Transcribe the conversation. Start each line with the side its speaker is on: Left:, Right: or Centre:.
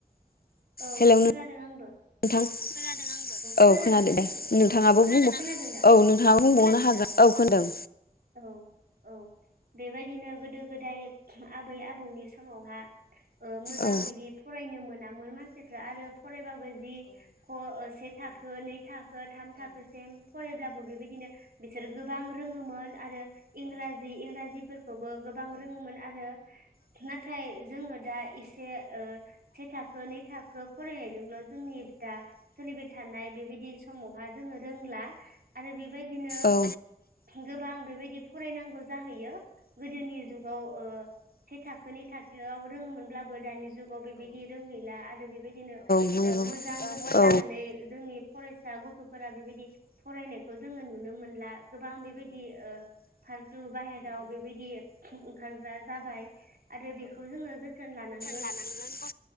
Right: औ
Left: हेलौ
Right: खोनादों आं
Left: नोंथां, खोनादों आंबो।
Right: खोनादोंना
Left: औ खोनादों
Right: खोनायाखै
Left: दे नोंथाङाबो औ
Right: खोनादों दा
Left: नोंथाङाबो बुंबावनो हागोन औ खोनादों।
Right: औ औ। बेबायदिनो गोदो गोदाय आबै आबौनि समावहा ओ मोजां
Left: औ
Right: बिदि फरायनो मोनामोन मानसिफ्रा आरो फरायबाबो बेदि क ओ से थाखो नै थाखो थाम थाखोसिम फरायब्लाबो बेबायदिनो बि गोबां रोङोमोन आरो इंराजि इंराजिफोरखौबो गोबां रोङोमोन आरो। दिनो नाथाय जोङो दा एसे ओ से थाखो नै थाखो फरायनायजोंल' जोंनि दा सोलिबाय थानाय बेबायदि समावहा जोङो रोंला आरो बे बेबायदिनो
Left: आरो
Right: गोबां दि फरायनांगौ जाहैयो गोदोनि जुगाव ओ से थाखो नै थाखोआव रोङोमोन अब्लाबो दानि जुगाव बेबादि रोंहैला आरो बेबादिनो
Left: बेबायदिनो
Right: ओ मोजां गोसो होनानै जों नि फरायसा गथ'फोरा बेबायदि फरायनायखौ जोङो नुनो मोनला गोबां बेबायदि ओ <unintelligible> फालथु बाहेराव बेबायदि ओंखारग्रा जाबाय आरो बेखौ जोङो जोथोन लानां
Left: लानांगोन